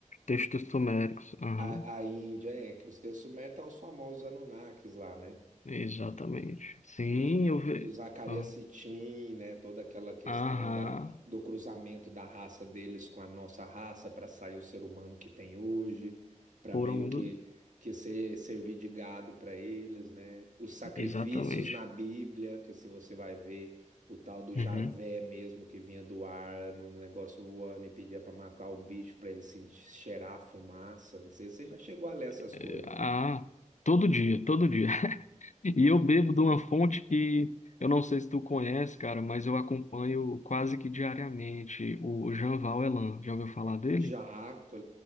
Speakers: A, on the left; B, on the right.
A: textos sumérios. Aham,
B: a, a Índia, é, que os textos sumérios estão os famosos Anunnakis lá, né?
A: exatamente. Sim,
B: do,
A: eu vejo.
B: do Zacarias
A: Aham.
B: Sitchin, né? Toda aquela questão
A: Aham.
B: da, do cruzamento da raça deles com a nossa raça para sair o ser humano que tem hoje, para
A: Foram
B: meio
A: um
B: que
A: dos.
B: que ser, servir de gado para eles, né? Os sacrifícios
A: Exatamente.
B: na Bíblia, que se você vai ver o tal do Javé
A: Uhum.
B: mesmo que vinha do ar no, no negócio voando e pedia para matar o bicho para ele sentir, cheirar a fumaça. Não sei se você já chegou a ler essas
A: Eh,
B: coisas.
A: Ah, todo dia, todo dia. <laughs> E eu bebo de uma fonte que eu não sei se tu conhece, cara, mas eu acompanho quase que diariamente o Jean Elan. Já ouviu falar dele?
B: Já, tô,